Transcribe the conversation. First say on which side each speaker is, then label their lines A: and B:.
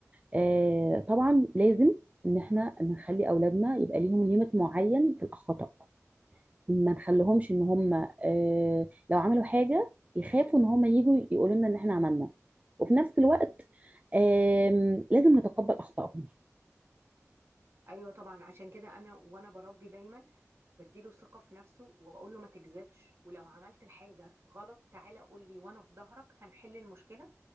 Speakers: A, on the right; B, on the right.
A: آه طبعا لازم ان احنا نخلي اولادنا يبقى ليهم ليميت معين في الخطا ما نخليهمش ان هم آه لو عملوا حاجه يخافوا ان هم يجوا يقولوا لنا ان احنا عملنا وفي نفس الوقت آم، لازم نتقبل اخطائهم
B: ايوه طبعا عشان كده انا وانا بربي دايما بديله ثقة في نفسه واقول له ما تكذبش ولو عملت الحاجة غلط تعالى قول لي وانا في ظهرك هنحل المشكلة